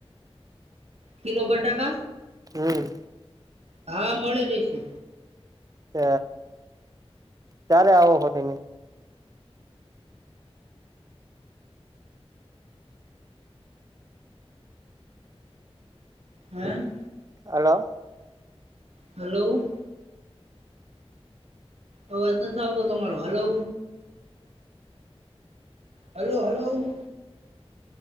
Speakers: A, on the right; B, on the right.
A: કિલો બટાકા?
B: હમ્મ
A: હા, મળી રહી છે.
B: હ, કારે આવો તમે
A: હ..
B: હલો.
A: હલો. અવાજ નથ આવતો તમારો હલો. Hello hello.